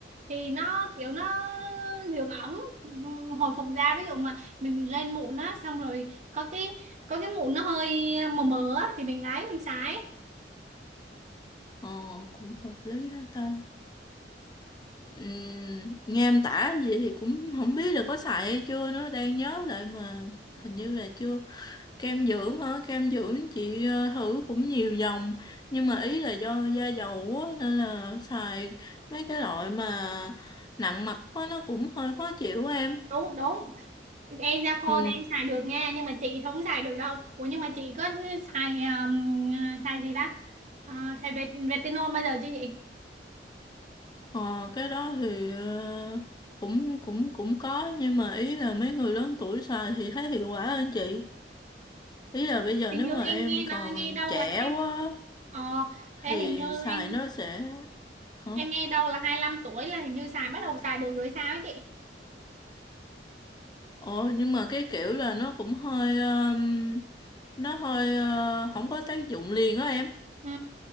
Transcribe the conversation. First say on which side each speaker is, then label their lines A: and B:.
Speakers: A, on the right; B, on the left.
A: thì nó kiểu nó dưỡng ẩm ừ, hồi phục da ví dụ mà mình bị lên mụn á xong rồi có cái có cái mụn nó hơi mờ mờ á thì mình ấy mình sái
B: Ờ, cũng hợp lý hết ta. Ừm, nghe em tả gì thì cũng không biết là có xài hay chưa nữa. Đang nhớ lại mà hình như là chưa. kem dưỡng hả kem dưỡng chị ờ, thử cũng nhiều dòng nhưng mà ý là do da dầu á nên là xài mấy cái loại mà nặng mặt quá nó cũng hơi khó chịu em
A: đúng đúng em da khô
B: ừ
A: thì em xài được nha nhưng mà chị không xài được đâu ủa nhưng mà chị có xài um, xài gì ta Ờ, xài ret- retinol bao giờ chưa chị
B: ờ, cái đó thì ờ, cũng cũng cũng có nhưng mà ý là mấy người lớn tuổi xài thì thấy hiệu quả hơn chị ý là bây giờ
A: hình
B: nếu
A: như
B: mà
A: em
B: em
A: nghe
B: còn
A: nó nghe đâu
B: trẻ
A: là hai
B: quá
A: ờ ê,
B: thì
A: hình như
B: xài
A: em
B: nó sẽ hả
A: em nghe đâu là hai lăm tuổi là hình như xài bắt đầu xài được rồi sao ấy chị
B: Ồ, nhưng mà cái kiểu là nó cũng hơi um, nó hơi ờ, không có tác dụng liền á em
A: ừ